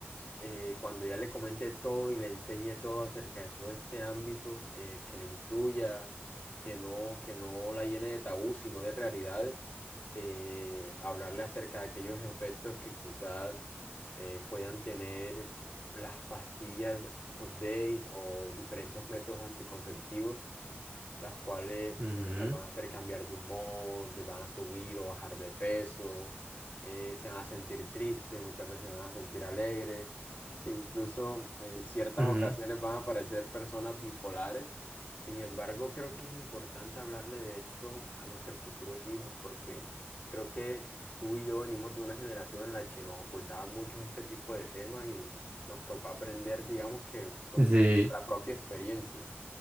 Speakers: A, on the left; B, on the right.
A: eh, cuando ya le comente todo y le enseñe todo acerca de todo este ámbito, eh, que le instruya, que no, que no la llene de tabú, sino de realidades, eh, hablarle acerca de aquellos efectos que quizás eh, puedan tener las pastillas Hot Days o diferentes métodos anticonceptivos las cuales
B: ujú,
A: eh, las van a hacer cambiar de humor, les van a subir o bajar de peso, eh, se van a sentir tristes, muchas veces se van a sentir alegres, <laughs> e incluso en ciertas
B: ujú,
A: ocasiones
B: ujú.
A: van a aparecer personas bipolares. Sin embargo, creo que es importante hablarle de esto a nuestros futuros hijos porque creo que tú y yo venimos de una generación en la que nos ocultaban mucho este tipo de temas y nos tocó aprender, digamos que por
B: Sí,
A: la propia experiencia.